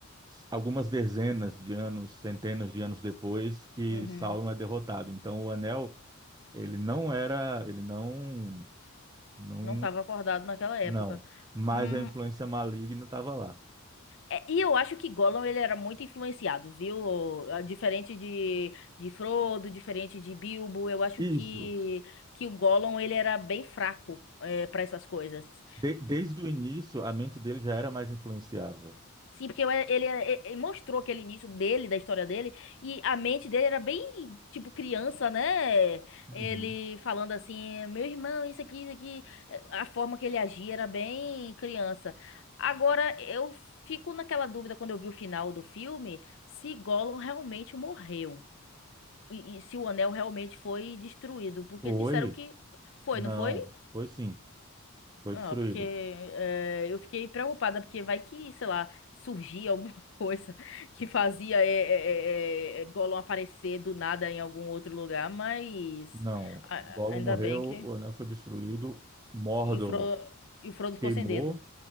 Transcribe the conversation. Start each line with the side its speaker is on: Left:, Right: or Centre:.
Right: algumas dezenas de anos, centenas de anos depois que
Left: uhum.
Right: Sauron é derrotado. Então o anel, ele não era, ele não não
Left: Não tava acordado naquela época.
Right: não, mas
Left: Hum,
Right: a influência maligna estava lá.
Left: é, e eu acho que Gollum ele era muito influenciado, viu? Ah, Diferente de, de Frodo, diferente de Bilbo, eu acho
Right: Isso.
Left: que, que o Gollum ele era bem fraco para essas coisas.
Right: De- desde o início, a mente dele já era mais influenciável.
Left: Sim, porque eu- ele, eh, eh, mostrou aquele início dele, da história dele, e a mente dele era bem, tipo, criança, né?
Right: Uhum.
Left: Ele falando assim, meu irmão, isso aqui, isso aqui. Eh, A forma que ele agia era bem criança. Agora, eu fico naquela dúvida quando eu vi o final do filme, se Gollum realmente morreu. E, e se o anel realmente foi destruído. Porque
Right: Foi.
Left: disseram que foi,
Right: Não,
Left: não foi?
Right: foi sim, foi
Left: Ah,
Right: destruído.
Left: porque eh, eu fiquei preocupada, porque vai que, sei lá, surgia alguma <laughs> coisa que fazia eh, eh, eh, eh, eh, Gollum aparecer do nada em algum outro lugar, mas
Right: Não,
Left: a-
Right: Gollum
Left: ainda
Right: morreu,
Left: bem que.
Right: o anel foi destruído, Mordor
Left: E o Frodo, e o Frodo ficou
Right: queimou
Left: sem dedo.